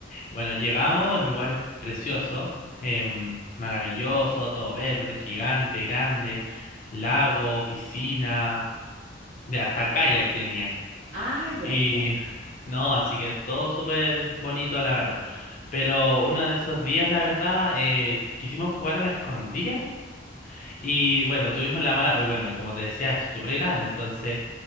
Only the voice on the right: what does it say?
Ah, ya,
ya.